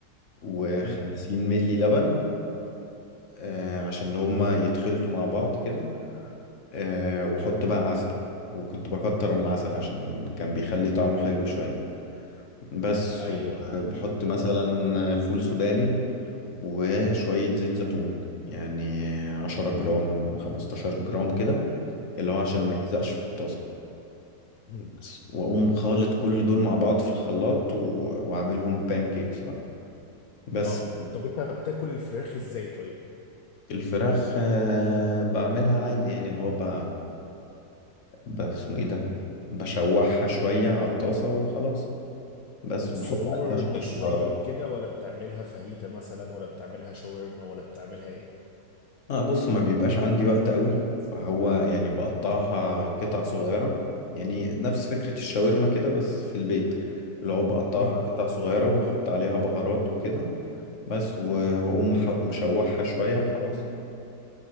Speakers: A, on the left (about 50°); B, on the left (about 65°).
A: وخمسين
B: امم
A: ملي لبن آه، عشان اللي هما يتخلطوا مع بعض كده آه، واحط بقى عسل وكنت بكتر من العسل عشان كان بيخلي طعمه حلو شوية بس
B: ايوه
A: وبحط مثلا فول سوداني وشوية زيت زيتون يعني عشرة جرام خمستاشر جرام كده اللي هو عشان
B: مم.
A: ما يلزقش في الطاسة
B: مم.
A: بس وأقوم خالط كل دول مع بعض في الخلاط و... وأعملهم بانكيكس بقى بس
B: اه طب انت بتاكل الفراخ ازاي طيب
A: الفراخ آه، بعملها عادي يعني اللي هو ب... ب- اسمه ايه ده بشوحها شوية على الطاسة وخلاص بس
B: الصدور
A: بحط عليها شوية
B: مشوية
A: بهارات
B: وكده ولا بتعملها فاهيتا مثلا ولا بتعملها شاورما ولا بتعملها ايه
A: اه بص ما بيبقاش عندي وقت قوي فهو يعني بقطعها قطع صغيرة يعني نفس فكرة الشاورما كده بس في البيت اللي هو بقطعها
B: مم.
A: قطع صغيرة واحط عليها بهارات وكده بس و... واقوم مح- مشوحها شوية وخلاص